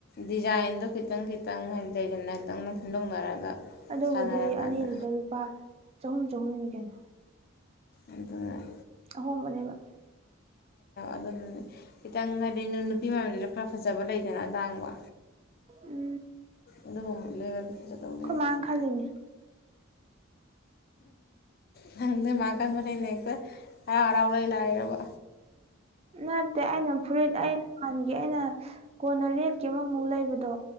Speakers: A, on the left; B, on the right.
A: ꯗꯤꯖꯥꯏꯟꯗꯣ ꯈꯤꯇꯪ ꯈꯤꯇꯪ ꯍꯥꯏꯗꯤ ꯂꯩꯒꯅ ꯈꯤꯇꯪꯅ ꯈꯟꯗꯣꯛꯅꯔꯒ
B: ꯑꯗꯨꯕꯨꯗꯤ
A: ꯁꯥꯟꯅꯔꯀꯥꯟꯗ
B: ꯑꯅꯤꯗꯨꯗ ꯂꯨꯄꯥ ꯆꯍꯨꯝ ꯆꯍꯨꯝꯅꯤ ꯀꯩꯅꯣ
A: ꯑꯗ <unintelligible>
B: ꯑꯍꯣꯡꯕꯅꯦꯕ
A: ꯑꯗꯨꯅꯅꯦ ꯈꯤꯇꯪ ꯍꯥꯏꯗꯤ ꯅꯨꯄꯤ ꯃꯌꯥꯝꯗꯨꯁꯨ ꯈꯔ ꯐꯖꯕ ꯂꯩꯗꯅ ꯑꯇꯥꯡꯕ
B: ꯎꯝ
A: ꯑꯗꯨꯒꯨꯝꯕ ꯂꯩꯔꯗꯤ ꯐꯖꯗꯧꯅꯦꯕ
B: ꯑꯩꯣꯏ ꯃꯥꯡ ꯈꯖꯅꯦ
A: ꯅꯪꯗ ꯃꯥ ꯀꯥꯟꯕꯅꯦꯅꯦꯇ ꯑꯔꯥꯎ ꯂꯩꯣꯏ ꯂꯥꯛꯔꯕꯔꯕ
B: ꯅꯠꯇꯦ ꯑꯩꯅ ꯐꯨꯔꯤꯠ ꯑꯩ ꯍꯥꯟꯒꯦ ꯑꯩꯅ ꯀꯣꯟꯅ ꯔꯦꯠꯀꯤ ꯑꯃꯃꯨꯛ ꯂꯩꯕꯗꯣ